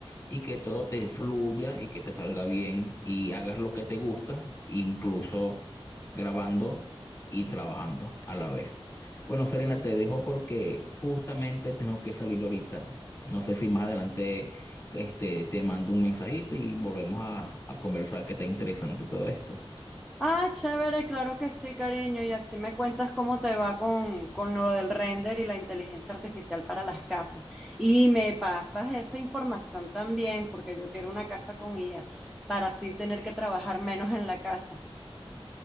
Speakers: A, on the left; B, in the centre.
A: y que todo te fluya y que te salga bien y hagas lo que te gusta, incluso grabando y trabajando a la vez. Bueno, Serena, te dejo porque justamente tengo que salir ahorita, no sé si más adelante este, te mando un mensajito y volvemos a, a conversar que está interesante todo esto.
B: Ah, chévere, claro que sí, cariño. Y así me cuentas cómo te va con, con lo del render y la inteligencia artificial para las casas. Y me pasas esa información también, porque yo quiero una casa con IA, para así tener que trabajar menos en la casa.